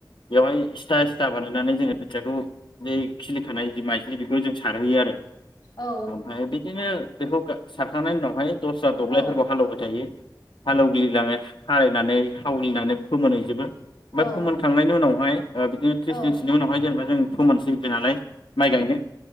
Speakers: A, on the left (about 90°); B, on the left (about 70°).
A: बेवहाय सिथा सिथा बानाय नानै जोङो फोथियाखौ बे खिलिखानाय जि माइज्लि बेखौ जों सारहैयो आरो
B: औ
A: ओमफ्राय बिदिनो बेखौ सारखांनायनि उनावहाय दस्रा दबग्लायफोरखौ
B: औ औ
A: हालेवबाय थायो हालेवग्लिलाङो हायनानै हावलिनानै फोरोमोनायजोबो। ओमफ्राय
B: फिथाइ ओंखारो
A: फमोनखांनायनि उनावहाय बिनो
B: औ
A: त्रिस दिननि उावहायेनबा जों फोमोनसै नालाय माइ गायनो